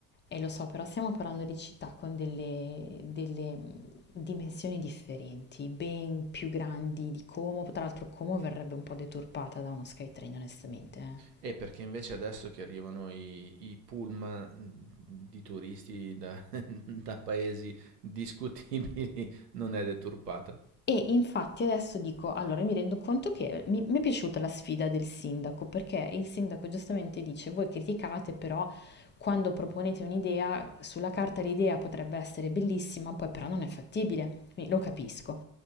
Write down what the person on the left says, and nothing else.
E lo so, però stiamo parlando di città con delle, delle, mh, dimensioni differenti, ben più grandi di Como. Tra l'altro Como verrebbe un po' deturpata da uno SkyTrain, onestamente. eh.
E infatti adesso dico, allora mi rendo conto che mi, mi è piaciuta la sfida del sindaco, perché il sindaco giustamente dice, voi criticate, però quando proponete un'idea, sulla carta l'idea potrebbe essere bellissima, poi però non è fattibile, quindi lo capisco.